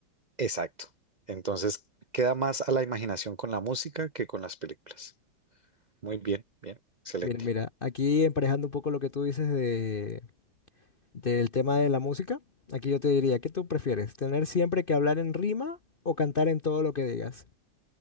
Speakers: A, on the right (about 65°); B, on the left (about 45°).
A: Exacto. Entonces, queda más a la imaginación con la música que con las películas. Muy bien, bien, excelente.
B: Mira, mira, aquí emparejando un poco lo que tú dices de, del tema de la música, aquí yo te diría, ¿qué tú prefieres? ¿Tener siempre que hablar en rima o cantar en todo lo que digas?